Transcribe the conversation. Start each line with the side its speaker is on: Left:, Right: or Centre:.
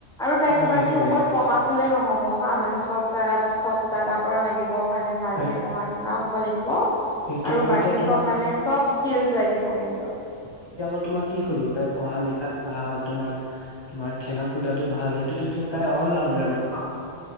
Centre: আৰু তাই
Left: অ
Centre: ক'বা
Left: সেইটোয়ে
Centre: কি অকল পঢ়াত হ'লে নহ'ব হা, মানে চব জাগাটো চব জাগাৰ পৰা লাগিব মানে ভালকে
Left: হয়
Centre: পঢ়া শুনাও হ'ব লাগিব।
Left: সেইটোয়ে
Centre: আৰু
Left: মই
Centre: বাকী
Left: এতিয়া তোমাক
Centre: চব মানে চব স্কিলচ লাগিব কিন্তু।
Left: এতিয়া মই তোমাক কি কলোঁ তাই পঢ়া লিখাত ভাল তোমাৰ তোমাৰ খেলা কোদাটো ভাল, সেইটোতো তাই অল ৰাউণ্ড
Centre: অ',